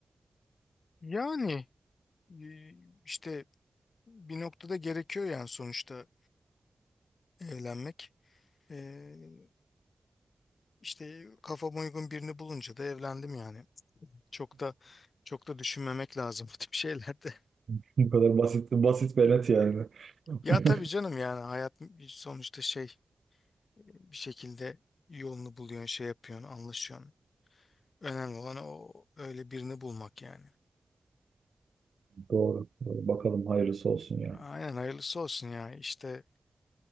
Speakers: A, on the left; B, on the right.
A: Yani e, işte bir noktada gerekiyor yani sonuçta evlenmek. Ee, işte kafama uygun birini bulunca da evlendim yani. Çok da çok da düşünmemek lazım <laughs> bu tip şeylerde. <laughs>
B: <laughs> Bu kadar basit basit ve net yani. <laughs>
A: Ya tabii canım yani hayat sonuçta şey bir şekilde yolunu buluyorsun, şey yapıyorsun, anlaşıyorsun. Önemli olan o öyle birini bulmak yani.
B: Doğru. Doğru. Bakalım hayırlısı olsun ya.
A: Aynen hayırlısı olsun ya işte